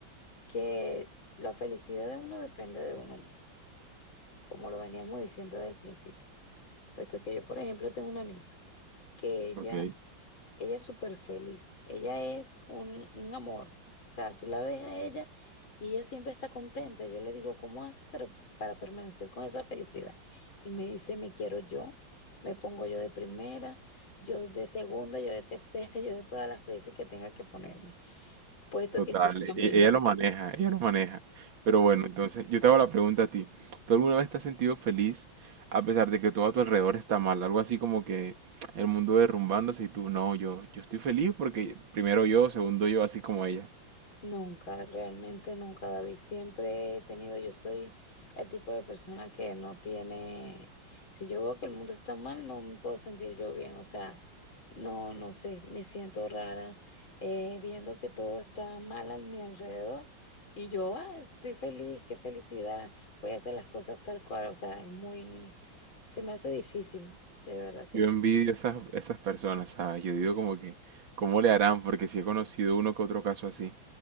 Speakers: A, on the left; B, on the right.
A: que la felicidad de uno depende de uno mismo, como lo veníamos diciendo desde el principio. Puesto que yo, por ejemplo, tengo una amiga que ella
B: Ok.
A: Ella es súper feliz. Ella es un, un amor. O sea, tú la ves a ella y ella siempre está contenta. Yo le digo, ¿cómo haces pero para permanecer con esa felicidad? Y me dice, me quiero yo. Me pongo yo de primera, yo de segunda, yo de tercera, <laughs> yo de todas las veces que tenga que ponerme. Puesto
B: Total,
A: que la
B: e-
A: familia,
B: ella lo maneja, ella lo maneja.
A: <laughs>
B: Pero bueno,
A: sí,
B: entonces yo te hago la pregunta a ti. ¿Tú alguna vez te has sentido feliz a pesar de que todo a tu alrededor está mal? Algo así como que el mundo derrumbándose y tú, no, yo, yo estoy feliz porque primero yo, segundo yo, así como ella.
A: Nunca, realmente nunca, David. Siempre he tenido, yo soy el tipo de persona que no tiene, si yo veo que el mundo está mal, no me puedo sentir yo bien, o sea, no, no sé, me siento rara eh, viendo que todo está mal a mi alrededor y yo, ah, estoy feliz, qué felicidad, voy a hacer las cosas tal cual, o sea, es muy, se me hace difícil, de verdad que
B: Yo
A: sí.
B: envidio esas, esas personas, ¿sabes? Yo digo como que, ¿cómo le harán? Porque sí he conocido uno que otro caso así.